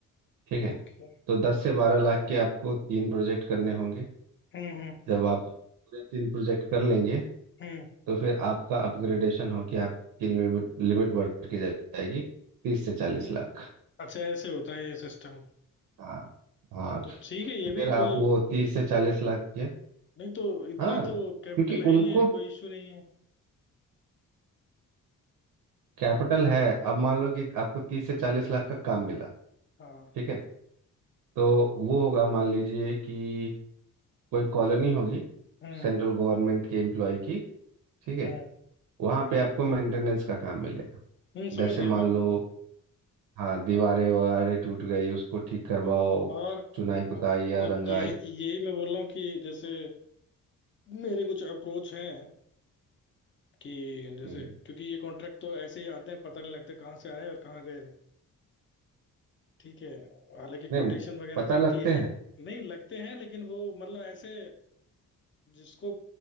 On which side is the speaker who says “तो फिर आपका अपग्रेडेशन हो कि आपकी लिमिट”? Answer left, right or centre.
Right